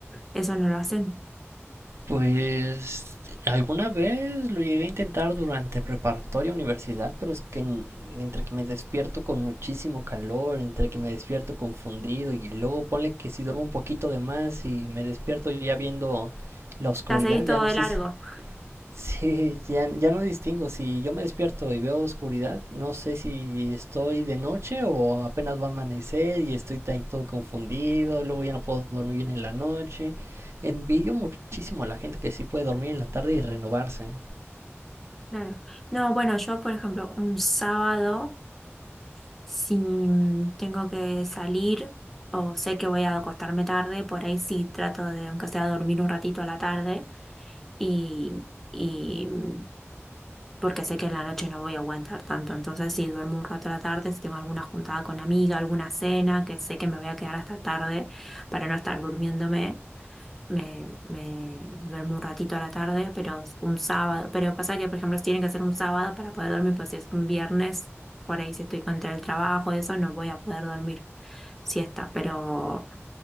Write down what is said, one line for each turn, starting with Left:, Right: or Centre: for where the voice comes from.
Centre: Eso no lo hacen.
Right: Pues alguna vez lo llegué a intentar durante preparatoria universidad, pero es que en- entre que me despierto con muchísimo calor, entre que me despierto confundido y luego ponle que si duermo un poquito de más y me despierto ya viendo la oscuridad,
Centre: Ya seguís
Right: ya
Centre: todo
Right: no
Centre: de
Right: sé
Centre: largo.
Right: si Sí, ya, ya no distingo. Si yo me despierto y veo oscuridad, no sé si estoy de noche o apenas va a amanecer y estoy ahí todo confundido. Luego ya no puedo dormir bien en la noche. Envidio muchísimo a la gente que sí puede dormir en la tarde y renovarse.
Centre: Claro. No, bueno, yo, por ejemplo, un sábado, si mm, tengo que salir o sé que voy a acostarme tarde, por ahí sí trato de, aunque sea, dormir un ratito a la tarde y, y mm, porque sé que en la noche no voy a aguantar tanto. Entonces, si duermo un rato a la tarde, si tengo alguna juntada con amiga, alguna cena, que sé que me voy a quedar hasta tarde para no estar durmiéndome. me, me duermo un ratito a la tarde, pero un sábado. Pero pasa que, por ejemplo, tiene que ser un sábado para poder dormir, pues si es un viernes, por ahí si estoy contra el trabajo, eso, no voy a poder dormir siesta. Pero,